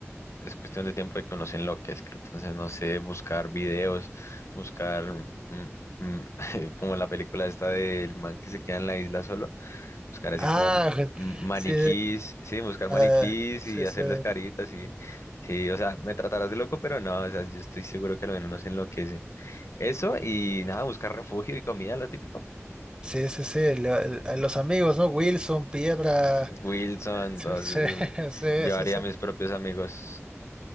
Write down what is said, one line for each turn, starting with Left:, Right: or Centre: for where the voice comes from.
Left: es cuestión de tiempo de que uno se enloquezca. Entonces, no sé, buscar videos, buscar mm, mm, <laughs> como la película esta del man que se queda en la isla solo, buscar así
Right: Ah,
Left: como
Right: <laughs>
Left: mm, maniquís,
Right: sí,
Left: sí, buscar maniquís
Right: ah, sí,
Left: y hacerles
Right: sí.
Left: caritas y sí, o sea, me tratarás de loco, pero no, o sea, yo estoy seguro que al menos uno se enloquece. Eso y nada, buscar refugio y comida, lo típico.
Right: Sí, sí, sí, lo- el- a los amigos, ¿no? Wilson, Piedra.
Left: Wilson, entonces
Right: Sí, sí, <laughs> sí,
Left: yo
Right: sí.
Left: haría
Right: sí.
Left: mis propios amigos